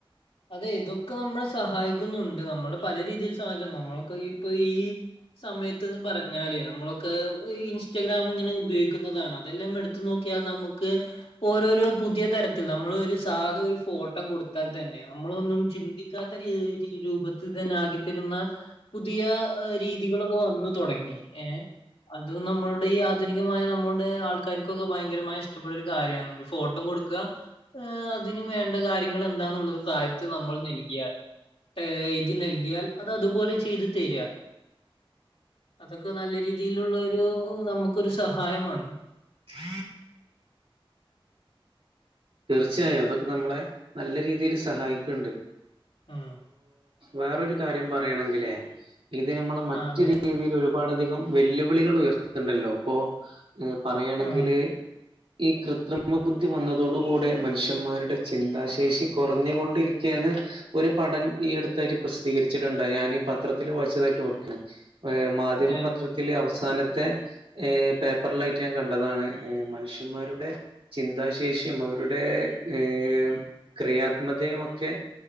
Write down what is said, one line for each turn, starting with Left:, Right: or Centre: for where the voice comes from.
Left: അതെ ഇതൊക്കെ നമ്മെ സഹായിക്കുന്നുണ്ട്, നമ്മള് പല രീതിൽ സഹായിക്കുന്നു നമ്മളൊക്കെ ഇപ്പൊ ഈ സമയത്ത്ന്ന് പറഞ്ഞാലേ നമ്മളൊക്കെ ഇൻസ്റ്റഗ്രാം, ഇങ്ങനെ ഉപയോഗിക്കുന്നതാണ് അതെല്ലാം എടുത്തു നോക്കിയാൽ നമുക്ക് ഓരോ ഒരു പുതിയ തരത്തിൽ നമ്മൾ ഒരു സാധ ഒരു ഫോട്ടം കൊടുത്താൽ തന്നെ നമ്മളൊന്നും ചിന്തിക്കാത്ത രീതി രൂപത്തിൽ തന്നെ ആക്കിത്തരുന്ന പുതിയ രീതികളൊക്കെ വന്ന് തുടങ്ങി. ഏ അത് നമ്മള ഈ ആധുനികമായ നമ്മുടെ ആൾക്കാർക്കൊക്കെ ഭയങ്കരമായി ഇഷ്ടപ്പെട്ട ഒരു കാര്യണ് ഫോട്ടോ കൊടുക്കുക അതിന് വേണ്ട കാര്യങ്ങൾ എന്താന്നുള്ളത് താഴത്ത് നമ്മൾ നൽകിയാൽ ഇതി നൽകിയാൽ അത് അതുപോലെ ചെയ്തു തരിക. അതൊക്കെ നല്ല രീതിയിലുള്ള ഒരു നമുക്കൊരു സഹായമാണ്.
Right: ആ തീർച്ചയായും അതൊക്കെ നമ്മളെ നല്ല രീതിയിൽ സഹായിക്കുന്നുണ്ട്.
Left: ആ
Right: വേറെരു കാര്യം പറയാണെങ്കല് ഇത് നമ്മൾ മറ്റൊരു
Left: അതെ.
Right: രീതിയിൽ ഒരു ഒരുപാടധികം വെല്ലുവിളികൾ ഉയർത്തുന്നുണ്ടല്ലോ, അപ്പോ പറയുകയാണെങ്കില്.
Left: ആഹ്.
Right: ഈ കൃത്രിമ ബുദ്ധി വന്ന തോട് കൂടെ മനുഷ്യന്മാരുടെ ചിന്താശേഷി കുറഞ്ഞുകൊണ്ടിരിക്കുകയന്ന് ഒരു പഠനം ഈ അടുത്ത് ഇതായിട്ട് പ്രസിദ്ധീകരിച്ചിട്ടുണ്ടായി, ഞാൻഈ പത്രത്തിത്തില് വായിച്ചതായിട്ട് ഓർക്കുണുണ്ട് ഏ മാധ്യമപത്രത്തില്
Left: അതെ, അതെ.
Right: അവസാന ത്തെ പേപ്പറ്ലായിട്ട് ഞാൻ കണ്ടതാണ് മനുഷ്യന്മാരുടെ ചിന്താശേഷി ഞ്ഞമ്മളുരുടെ ഏഹ് ക്രിയാത്മതയും ഒക്കെ